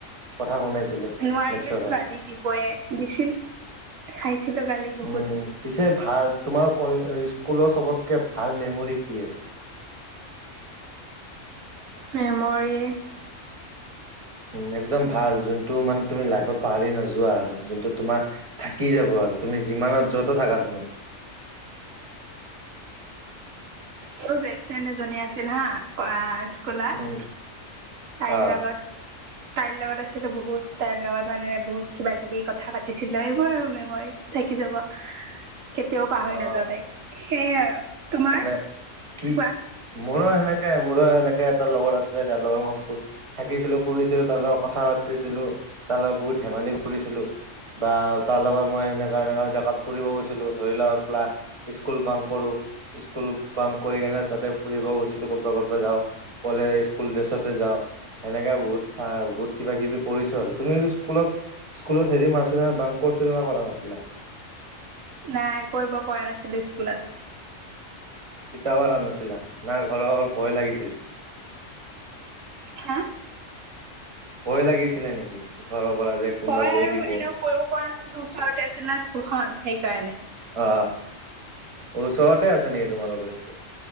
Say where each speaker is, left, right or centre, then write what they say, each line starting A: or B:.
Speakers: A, on the right (about 25°); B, on the right (about 80°).
A: কথা শুনাইছিলে।
B: নোৱাৰিলেতো
A: মেথছৰে
B: গালি দিবই, দিছিল খাইছিলোঁ গালি। বহুত
A: উম' পিছে ভাল, তোমাৰ ক স্কুলৰ চবতকে ভাল মেমৰি কি আছে?
B: মেমৰি।
A: উম' একদম ভাল যোনটো মানে তুমি লাইফত পাহৰি নোযোৱা আৰু যোনটো তোমাৰ থাকি যাব আৰু তুমি যিমানত য'তো থাকা তুমি।
B: মোৰ বেষ্টফ্ৰেণ্ড এজনী আছিল হা, স্কুলত।
A: উম।
B: তাইৰ
A: অ
B: লগত। তাইৰ লগত আছিলো বহুত, তাইৰ লগত মানে বহুত কিবা কিবি কথা পাতিছিলোঁ, এইবোৰ আৰু মেমৰি। থাকি যাব, কেতিয়াও পাহৰি
A: অ
B: নাযাও তাইক, সেয়ে আৰু। তোমাৰ
A: মানে কি
B: কোৱা
A: মোৰো সেনেকে, মোৰো এনেকে এটা লগৰ আছিলে, যাৰ লগত মই থাকিছিলো ফুৰিছিলো তাৰ লগত কথা পাতিছিলো, তাৰ লগত বহুত ধেমালি কৰিছিলোঁ। বা তাৰ লগত মই এনেকা এনেকা ফুৰিব গৈছিলো, ধৰি লোৱা ক্লা, স্কুল বাং কৰো। স্কুল বাং কৰি কেনে তাতে ফুৰিব গৈছিলোঁ, কতবা কতবা যাওঁ। গলে স্কুল ড্ৰেছতে যাওঁ। সেনেকা বহুত বহুত কিবা কিবি কৰিছো আৰু, তুমি স্কুলত স্কুলত হেৰি মাৰছিলা, বাংক কৰিছিলা না কৰা নাছিলা?
B: নাই কৰিব পৰা নাছিলো স্কুলত।
A: কিতাপ আনা নাছিলা, না ঘৰত ভয় লাগিছিলে?
B: হা?
A: ভয় লাগিছিলে নেকি, ঘৰৰ পৰা যে কোনোবা
B: তই
A: কৈ
B: আৰু
A: দিব
B: এনেও কৰিব পৰা নাছিলো, ওচৰতে আছিল ন স্কুলখন, সেইকাৰণে।
A: অ। ওচৰতে আছে নেকি তোমালোকৰ ইস্কুল?